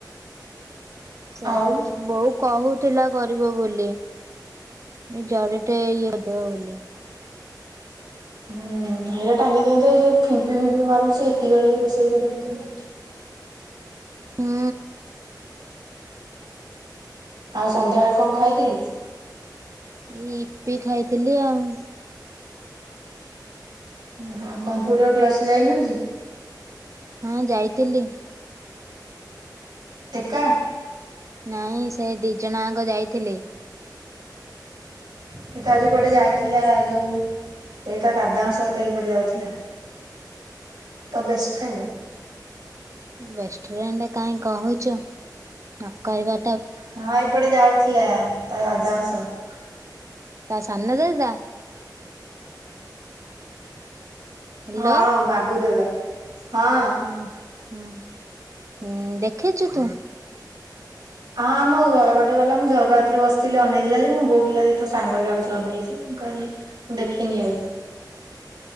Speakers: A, on the right; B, on the right.
A: ସେୟା
B: ଆଉ
A: ବହୁ କହୁଥିଲା କରିବ ବୋଲି ଏ ଜରିଟେ ଇଏ ଦେବ ବୋଲି।
B: ହୁଁ ହେଇରା ଟାଙ୍ଗି ଦିଅନ୍ତେ ଏ ଯୋଉ ଫିମ୍ପି ଫିମ୍ପି ମାରୁଚି ଏତିକି ବେଳେ ବି ରୋଷେଇ କରିହେଇଥାନ୍ତା।
A: ହୁଁ।
B: ଆଉ ସନ୍ଧ୍ୟା ବେଳେ କଁ ଖାଇଥିଲୁ?
A: ଏଇ ଇପି ଖାଇଥିଲି ଆଉ।
B: ଉଁ ହୁଁ କମ୍ପ୍ୟୁଟର୍ କ୍ଲାସ୍ ଯାଇନୁ ଆଜି?
A: ହଁ ଯାଇଥିଲି।
B: ଏକା?
A: ନାଇଁ ସେ ଦି ଜଣ ଆଙ୍କ ଯାଇଥିଲେ।
B: ଏଇ ତ ଆଜି କୁଆଡ଼େ ଯାଇଥିଲା ଯୋଉ ଏଇ ତା ଦାଦାଙ୍କ ସହିତ ଏଇପଟେ ଯାଉଥିଲା। ତ ବେଷ୍ ଫ୍ରେଣ୍ଡ୍।
A: ବେଷ୍ଟ ଫ୍ରେଣ୍ଡ୍ କାହିଁ କହୁଚୁ ନ କହିବା
B: ହଁ ଏପଟେ ଯାଉଥିଲା ତା ଦାଦାଙ୍କ ସହ।
A: ତା ସାନ ଦାଦା? ହ୍ୟାଲୋ
B: ହଁ ବାବୁ ଦାଦା ହଁ।
A: ଉଁ ହୁଁ ଉଁ ଦେଖିଚୁ ତୁ?
B: ଅଁ ଆମ ଘର ବାଟେ ଗଲା ମୁଁ ଝରକା କତିରେ ବସିଥିଲି ଅନେଇଥିଲା ଯେ ମୋ ବୋଉ କହିଲା ହେଇ ତୋ ସାଙ୍ଗ ଯାଉଚି ଅନେଇଚି। ମୁଁ କହିଲି ମୁଁ ଦେଖିନି ଆଉ।